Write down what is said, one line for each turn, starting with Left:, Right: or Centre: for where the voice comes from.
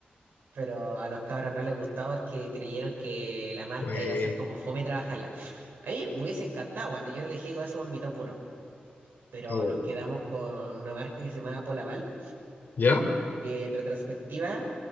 Right: pero a los cabros no les gustaba porque creyeron que la marca
Left: Pues,
Right: iba a ser como fome trabajarla. A mí me hubiese encantado cuando yo le dije que eso en mi top uno pero
Left: oh.
Right: nos quedamos con una marca que se llamaba Polaval,
Left: ¿Ya?
Right: que en retrospectiva